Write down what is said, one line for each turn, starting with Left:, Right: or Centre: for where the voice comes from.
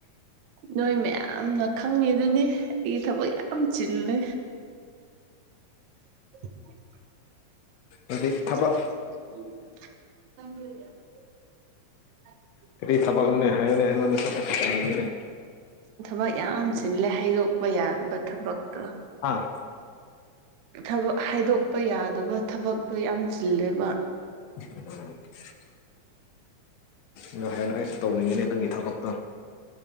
Right: ꯅꯣꯏ ꯃꯌꯥꯝꯅ ꯈꯪꯉꯤꯗꯨꯅꯤ ꯑꯩ ꯊꯕꯛ ꯌꯥꯝ ꯆꯤꯂꯦ <inaudible>
Left: ꯍꯧꯖꯤꯛ
Right: <inaudible>
Left: ꯊꯕꯛ ꯀꯔꯤ ꯊꯥꯕꯛꯅꯣꯅꯦ ꯍꯥꯏꯌꯣꯅꯦ ꯑꯩꯉꯣꯟꯗꯁꯨ <unintelligible>
Right: ꯊꯕꯛ ꯌꯥꯝ ꯆꯤꯜꯂꯦ ꯍꯥꯏꯗꯣꯛꯄ ꯌꯥꯗꯕ ꯊꯕꯛꯇꯣ
Left: ꯍꯥꯥ
Right: ꯊꯕꯛ ꯍꯥꯏꯗꯣꯛꯄ ꯌꯥꯗꯕ ꯊꯕꯛꯇꯣ ꯌꯥꯝ ꯆꯤꯜꯂꯦꯕ
Left: <unintelligible> ꯑꯗꯣ ꯍꯥꯢꯔꯣ ꯑꯩꯁꯨ ꯇꯧꯅꯤꯡꯉꯤꯅꯦ ꯅꯪꯒꯤ ꯊꯕꯛꯇꯣ